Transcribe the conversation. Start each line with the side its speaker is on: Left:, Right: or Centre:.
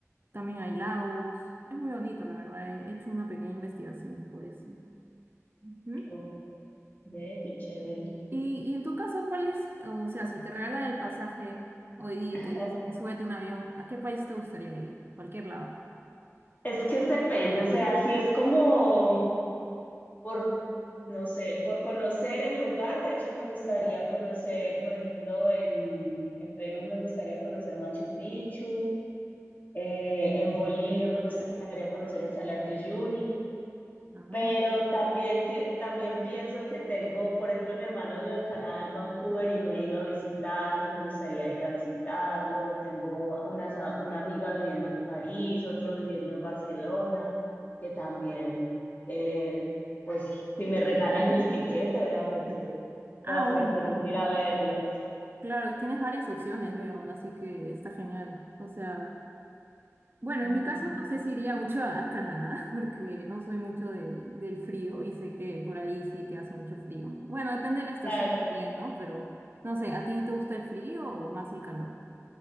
Right: también hay lagos, es muy bonito, la verdad, he hecho una pequeña investigación por eso. Ujú.
Left: Ok, ve, qué chévere.
Right: Y, y en tu caso, ¿cuál es, o sea, si te regalan el pasaje hoy día
Left: <laughs>
Right: y te dicen, súbete a un avión, ¿a qué país te gustaría ir? Cualquier lado.
Left: Es que depende, o sea, si es como por, no sé, por conocer el lugar. De hecho, me gustaría conocer, por ejemplo, en, en Perú me gustaría conocer Machu Picchu, eh, en Bolivia me gustaría conocer el Salar de Uyuni.
Right: Ah,
Left: Pero también, sí- también pienso que tengo, por ejemplo, mi hermano vive en Canadá, en Vancouver, y no he ido a visitarlo y me gustaría ir a visitarlo. Tengo una, sa- una amiga viviendo en París, otro viviendo en Barcelona, que también, eh, pues, si me regalan el <laughs> tiquete, obviamente,
Right: <laughs> ujú. Ah,
Left: va a ser
Right: bueno,
Left: feliz
Right: bueno.
Left: de ir a verlos.
Right: Claro, tienes varias opciones, veo, así que está genial. O sea, bueno,
Left: Ujú.
Right: en mi caso no sé si iría mucho a, a Canadá, <laughs> porque no soy mucho de- del frío y sé que por ahí sí que hace mucho frío. Bueno, depende de la estación
Left: Claro.
Right: también, ¿no? Pero no sé, ¿a ti te gusta el frío o más el calor?